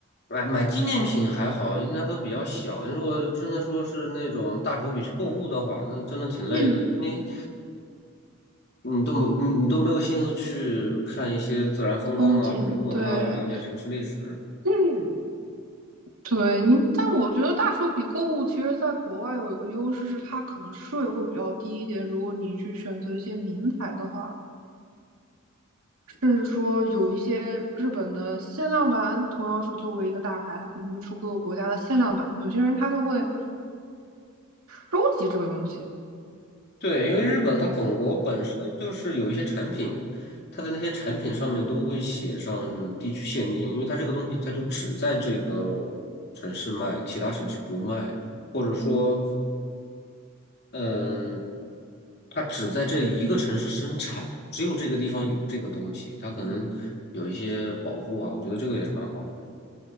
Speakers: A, on the left; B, on the right.
A: 买买纪念品还好，应该都比较小。如果真的说是那种大手笔去购物的话，那真的挺累的，
B: 嗯
A: 因为。你都没你你都没有心思去看一些自然风光啊、
B: 风景，
A: 人文啊，
B: 对
A: 了解城市历史。
B: 嗯，对，你，但我觉得大手笔购物其实在国外有一个优势是它可能税会比较低一点，如果你去选择一些名牌的话，甚至说有一些日本的限量版，同样是作为一个大牌，它可能会出各个国家的限量版。有些人他就会收集这个东西。
A: 对，因为日本它本国本身就是有一些产品，它的那些产品上面都会写上地区限定，因为它这个东西它就只在这个城市卖，其他城市不卖，或者说，嗯，它只在这一个城市生产，只有这个地方有这个东西，它可能有一些保护啊，我觉得这个也是蛮好的。